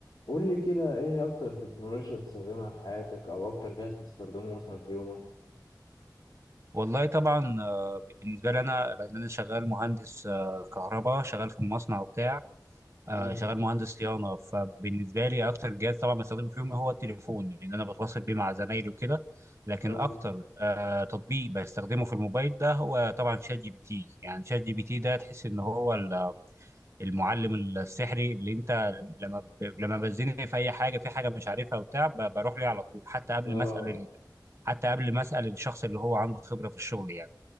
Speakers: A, on the left (about 70°); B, on the right (about 35°).
A: قول لي كده ايه اكتر تكنولوجيا بتستخدمها في حياتك او اكتر جهاز بتستخدمه مثلا في يومك
B: والله طبعا آه، بالنسبه لي انا لان انا شغال مهندس آه، كهرباء شغال في مصنع وبتاع آه،
A: مم.
B: شغال مهندس صيانه فبالنسبه لي اكتر جهاز طبعا بستخدمه فيهم هو التليفون لان انا بتواصل بيه مع زمايلي وكده لكن
A: اه
B: اكتر آه، تطبيق بستخدمه في الموبايل ده هو طبعا شات جي بي تي يعني شات جي بي تي ده تحس ان هو ال- المعلم السحري اللي انت لما ب... لما بزني في اي حاجه في حاجه مش عارفها وبتاع ب... بروح ليه على طول حتى قبل
A: اه
B: ما اسال حتى قبل ما اسال الشخص اللي هو عنده خبره في الشغل يعني